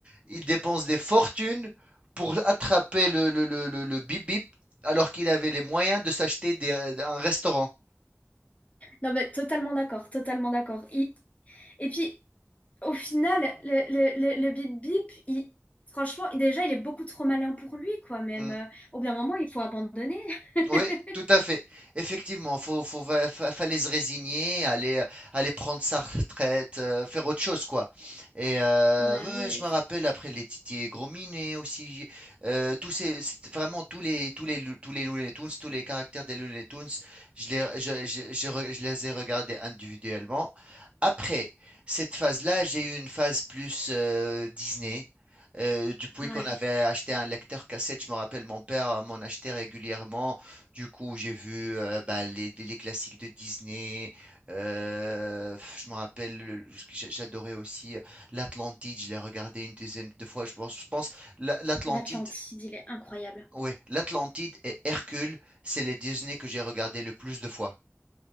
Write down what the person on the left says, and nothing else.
Non, mais totalement d'accord, totalement d'accord. Il- Et puis, au final, le, le, le, le Bip Bip, il... franchement, déjà, il est beaucoup trop malin pour lui, quoi, même.
euh, Au bien moment, il faut abandonner. <laughs>
Bah
ouais,
ouais.
L'Atlantide, il est incroyable.